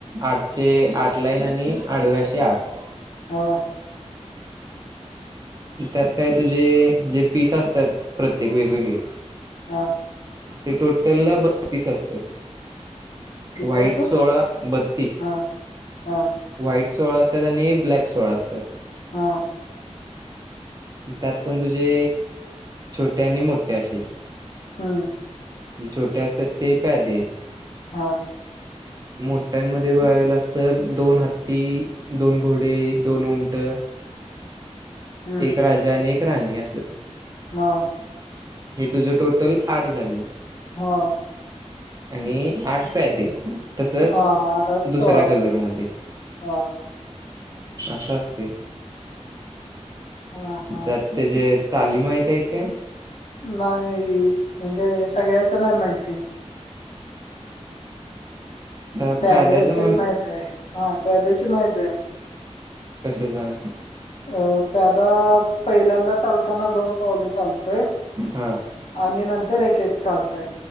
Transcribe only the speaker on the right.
आठशे आठ लाईन आणि आठव्याशे आठ
त्यात काय तुझे जे पीस असतात प्रत्येक वेगवेगळे
ते टोटल बत्तीस असतात
वाईट
सोळा बत्तीस
व्हाईट सोळा असतात आणि ब्लॅक सोळा असतात
त्यात पण तुझे छोटे आणि मोठे असे
जे छोटे असतात ते पॅदे
मोठ्यांमध्ये बघला अस तर दोन हत्ती दोन घोडे दोन उंट
एक राजा आणि एक राणी अससं
हे तुझं टोटल आठ झाले
आणि आठ प तसच
दुसऱ्या
कलरमध्ये
असं अस असते
तर त्याचे चाली माहित आहेत काय
तर
प्याद्याचं म्हण
कसे जाां
हां